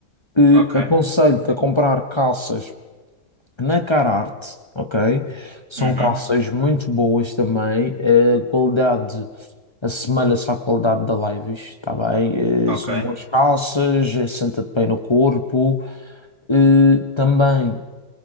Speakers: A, on the left; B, on the right.
A: E
B: ok,
A: Aconselho-te a comprar calças. Na Cararte, ok? São
B: uhum,
A: calças muito boas também. A qualidade assemelha-se à qualidade da Levi's, tá bem?
B: ok,
A: Eh, São boas calças, eh, senta-te bem no corpo. Eh, Também